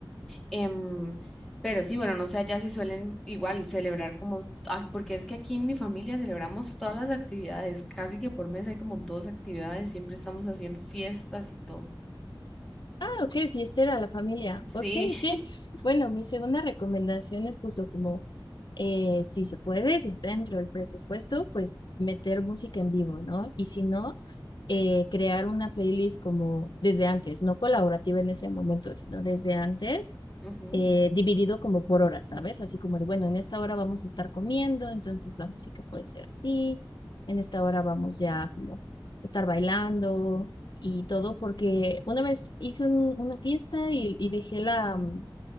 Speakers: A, in the centre; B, on the left.
A: em, pero sí, bueno, no sé, allá si suelen igual celebrar como, ah, porque es que aquí en mi familia celebramos todas las actividades, casi que por mes hay como dos actividades, siempre estamos haciendo fiestas y todo.
B: Ah, ok, fiestera, la familia. Ok,
A: Sí.
B: ok. Bueno, mi segunda recomendación es justo como, eh, si se puede, si está dentro del presupuesto, pues meter música en vivo, ¿no? Y si no, eh, crear una playlist como desde antes, no colaborativa en ese momento, sino desde antes,
A: <laughs>
B: eh, dividido como por horas, ¿sabes? Así como de, bueno, en esta hora vamos a estar comiendo, entonces la música puede ser así, en esta hora vamos ya como a estar bailando y todo, porque una vez hice un- una fiesta y, y dejé la, mm,